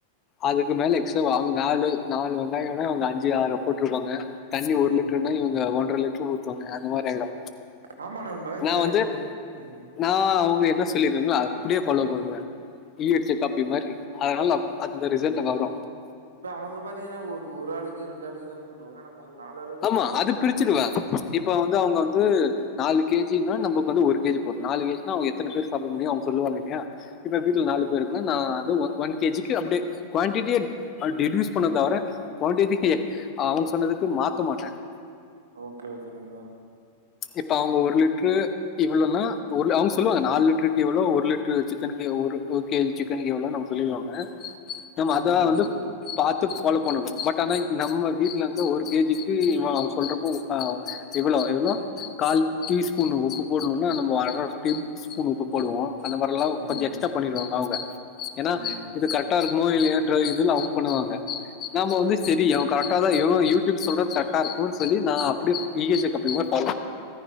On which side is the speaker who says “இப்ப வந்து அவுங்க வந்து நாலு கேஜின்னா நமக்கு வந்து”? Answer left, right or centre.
Left